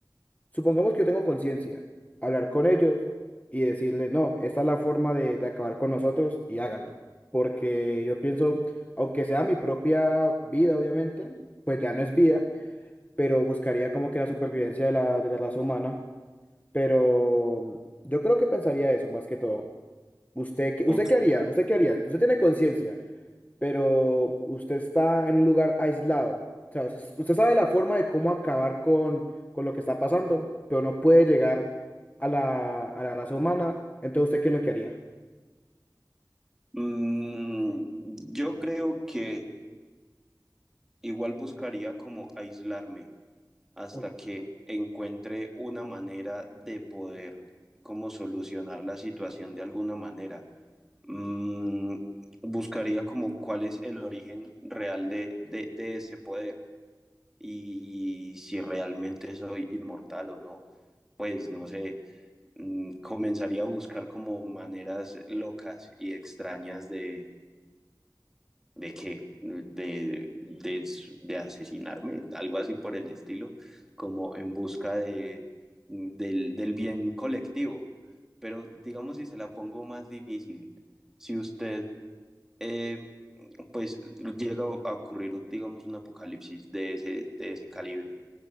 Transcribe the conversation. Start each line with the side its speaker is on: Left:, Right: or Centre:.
Left: supongamos que yo tengo conciencia, hablar con ellos y decirle, no, esta es la forma de, de acabar con nosotros y háganlo. Porque yo pienso, aunque sea mi propia vida, obviamente, pues ya no es vida, pero buscaría como que la supervivencia de la, de la raza humana. Pero yo creo que pensaría eso más que todo. ¿Usted qué,
Centre: O,
Left: usted qué haría? ¿Usted qué haría? Usted tiene conciencia, pero usted está en un lugar aislado. O sea, usted, usted sabe la forma de cómo acabar con, con lo que está pasando, pero no puede llegar a la, a la raza humana. Entonces, ¿usted qué es lo que haría?
Centre: mm, yo creo que igual buscaría como aislarme hasta
Left: O-
Centre: que encuentre una manera de poder como solucionar la situación de alguna manera. Mm, buscaría como cuál es el origen real de, de, de ese poder y, y si realmente soy inmortal o no. Pues no sé, mm, comenzaría a buscar como maneras locas y extrañas de, ¿De qué? De, de, de asesinarme, algo así por el estilo, como en busca de, del, del bien colectivo. Pero digamos si se la pongo más difícil, si usted eh, pues llega a ocurrir, digamos, un apocalipsis de ese, de ese calibre,